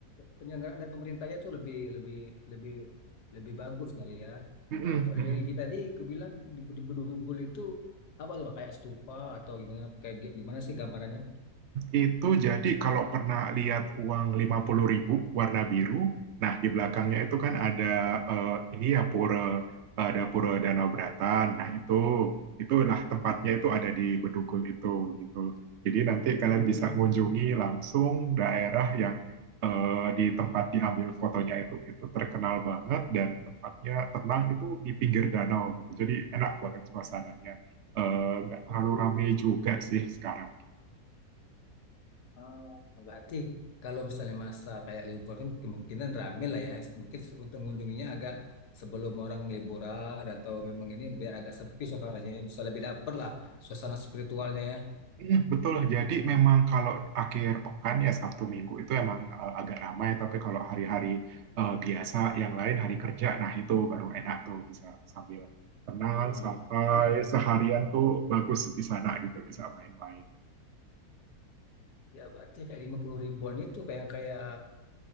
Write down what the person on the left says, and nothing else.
penyelenggaraan dari pemerintahnya tuh lebih lebih lebih lebih bagus kali ya
nah untuk
religi tadi kebilang di, di Bedugul itu apa tuh Pak? kayak stupa atau gimana kayak gi- gimana sih gambarannya
Oh,
oh.
Oh, berarti kalau misalnya masa kayak liburan kemungkinan rame lah ya. Mungkin untuk mengunjunginya agak sebelum orang liburan atau memang ini biar agak sepi suasananya ya. Bisa lebih dapet lah suasana spiritualnya ya.
Wih,
wih.
Ya berarti kayak 50 ribuan itu kayak yang kayak